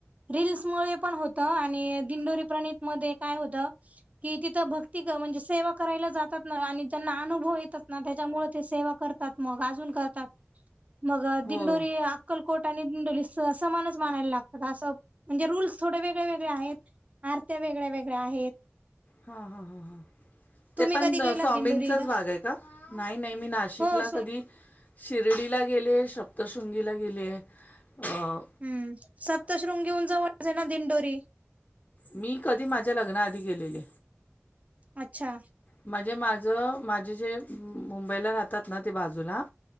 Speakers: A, on the right; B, on the left.
A: रील्समुळे पण होतं आणि दिंडोरी प्रणित मध्ये काय होतं. कि तिथं भक्ती म्हणजे सेवा करायला जातात ना आणि त्यांना अनुभव येतात ना त्याच्यामुळे ते सेवा करत तात मग अजून करतात. मग
B: हो
A: दिंडोरी अक्कलकोट आणि दिंडोली स समानच मानायला लाग असं म्हणजे रूल्स थोडे वेगळे वेगळे आहेत, आरत्या वेगळ्या वेगळ्या आहेत..
B: हा हा हा हा.
A: तुम्ही
B: ते पण
A: कधी गेलात
B: स्वामीचाच
A: दिंडोरीला
B: भाग आहे का, नाही नाही मी नाशिकला
A: हो स
B: कधी शिर्डीला गेलेयं सप्तशृंगीला गेलेयं अहं.
A: हम्म सप्तशृंगीहुन जवळचं हे ना दिंडोरी.
B: मी कधी माझ्या लग्नाआधी गेलेले.
A: अच्छा.
B: म्हणजे माझं माझे जे मुंबईला राहतात ना ते बाजूला